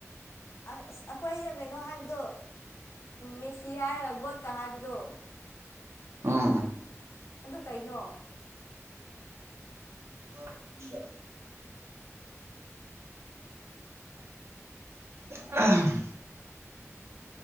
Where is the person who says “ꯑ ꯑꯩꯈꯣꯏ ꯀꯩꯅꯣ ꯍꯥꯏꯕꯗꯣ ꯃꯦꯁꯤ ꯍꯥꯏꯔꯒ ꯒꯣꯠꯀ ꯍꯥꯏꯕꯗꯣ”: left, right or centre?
Left